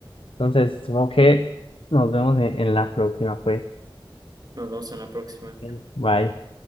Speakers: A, on the left (about 85°); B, on the right (about 45°).
A: Entonces, supongo que nos vemos en en la próxima, pues.
B: Nos vemos en la próxima.
A: Ok, Bye.